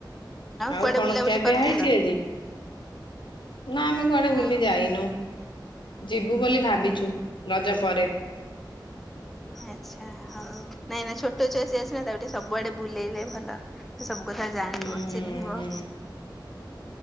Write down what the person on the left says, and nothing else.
ଆଉ
କଣ
ଖିଆପିଆ
ହେଇଛି ଆଜି। ନା ଆମେ କୁଆଡେ ବୁଲି
ଯାଇନୁ ଯିବୁ ବୋଲି ଭାବିଛୁ। ରଜ ପରେ
ହୁଁ ହୁଁ
ହୁଁ